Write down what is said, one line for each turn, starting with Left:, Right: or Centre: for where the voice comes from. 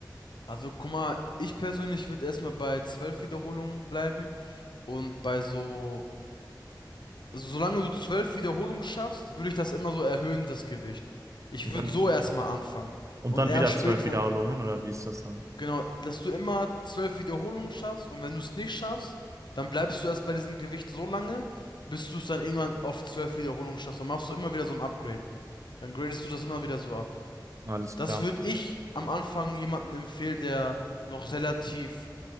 Left: Also guck mal, ich persönlich würde erstmal bei zwölf Wiederholungen bleiben und bei so also solange du zwölf Wiederholungen schaffst, würde ich das immer so erhöhen, das Gewicht. Ich
Right: Und
Left: würde
Right: dann,
Left: so erstmal anfangen.
Right: und
Left: Und
Right: dann
Left: erst
Right: wieder
Left: später,
Right: zwölf Wiederholungen, oder wie ist das dann?
Left: genau, dass du immer zwölf Wiederholungen schaffst und wenn du es nicht schaffst, dann bleibst du erst bei diesem Gewicht so lange, bis du es dann irgendwann auf zwölf Wiederholungen schaffst. Dann machst du immer wieder so ein Upgrade. Dann gradest du das immer wieder so ab.
Right: Alles
Left: Das
Right: klar.
Left: würde ich am Anfang jemandem empfehlen, der noch relativ